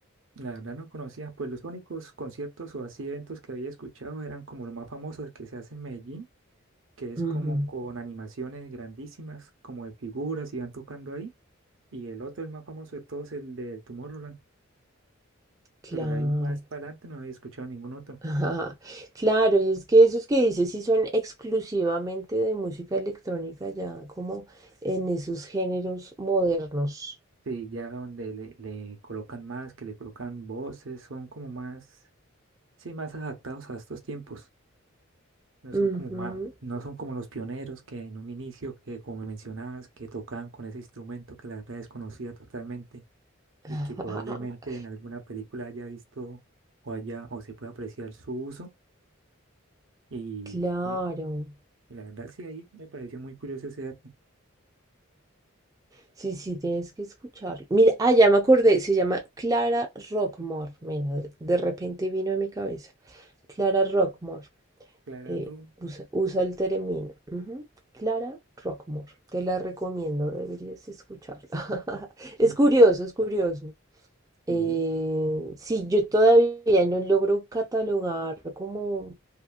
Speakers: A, on the right (about 65°); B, on the right (about 15°).
A: La verdad no conocía, pues los únicos conciertos o así eventos que había escuchado eran como los más famosos que se hace en Medellín, que es
B: Ujú,
A: como con animaciones grandísimas, como de figuras y van tocando ahí. Y el otro, el más famoso de todos, el del Tomorrowland.
B: Claro.
A: Pero de ahí más para
B: <laughs>
A: adelante no había escuchado ningún otro.
B: Ajá, Claro, y es que esos que dices sí son exclusivamente de música electrónica, ya como en esos géneros modernos.
A: Sí, ya donde le, le colocan más, que le colocan voces, son como más, sí, más adaptados a estos tiempos. No son
B: Ujú.
A: como ma- no son como los pioneros que en un inicio, que como me mencionabas, que tocaban con ese instrumento que la verdad desconocía totalmente
B: <laughs>
A: y que probablemente en alguna película haya visto o haya o se pueda apreciar su uso. Y,
B: Claro.
A: eh, y la verdad sí, ahí me pareció muy curioso ese dato.
B: Sí, sí, tienes que escucharlo. Mira, ah, ya me acordé, se llama Clara Rockmore. Mira, de de repente vino a mi cabeza. Clara Rockmore.
A: Claro,
B: eh, usa, usa el término. Ujú. Clara Rockmore. Te la recomiendo, deberías escucharla. <laughs> Es
A: <laughs>
B: curioso, es curioso.
A: sí,
B: Eh, sí, yo todavía no logro catalogar como